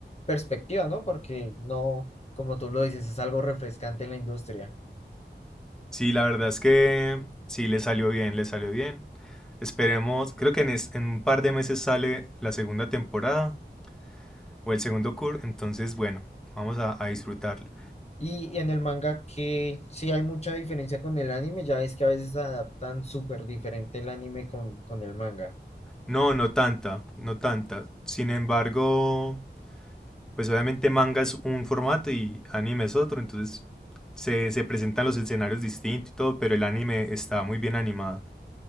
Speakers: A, on the left (about 35°); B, in the centre.
A: perspectiva, ¿no? Porque no, como tú lo dices, es algo refrescante en la industria.
B: Sí, la verdad es que sí le salió bien, le salió bien. Esperemos, creo que en, es- en un par de meses sale la segunda temporada o el segundo cur, entonces bueno, vamos a, a disfrutarla.
A: Y en el manga que sí hay mucha diferencia con el anime, ya es que a veces adaptan súper diferente el anime con, con el manga.
B: No, no tanta, no tanta. Sin embargo, pues obviamente manga es un formato y anime es otro, entonces se, se presentan los escenarios distintos y todo, pero el anime está muy bien animado.